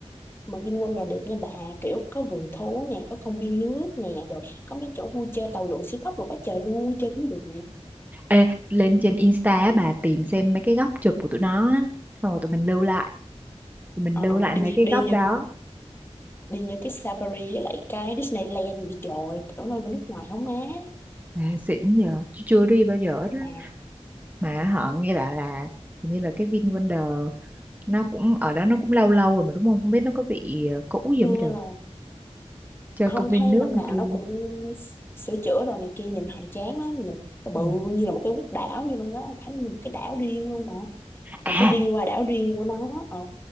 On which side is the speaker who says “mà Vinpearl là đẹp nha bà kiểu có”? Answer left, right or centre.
Left